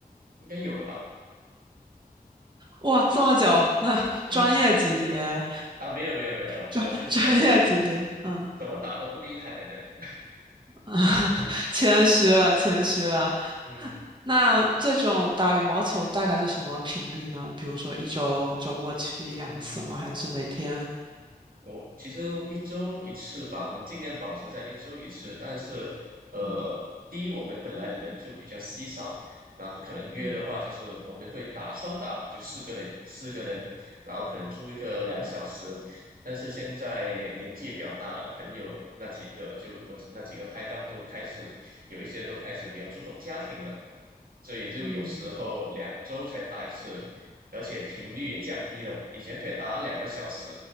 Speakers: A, on the right; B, on the right.
A: 应该有了吧。
B: 哇，这么久，那专业级别。
A: 嗯，啊，没有没有没有，
B: 专
A: 我就是那一种
B: <laughs> 专业级别，嗯，
A: 怎么打都不厉害的那一种。
B: <laughs> 谦虚了，谦虚了。
A: 嗯
B: 那这种打羽毛球大概是什么频率呢？比如说一周周末去一两次吗？
A: 嗯，
B: 还是每天？
A: 我其实一周一次吧，我们尽量保持在一周一次。但是，呃，
B: 嗯
A: 第一，我们本来人就比较稀少，然后可能约的话，
B: 嗯
A: 就是我们会打双打嘛，就四个人，四个人，然后可能租一个两小时。但是现在年纪也比较大了，朋友那几个就我那几个拍档都开始有一些都开始比较注重家庭了，所以就有时候两周才打一次，
B: 嗯。
A: 而且频率也降低了。以前可以打两个小时，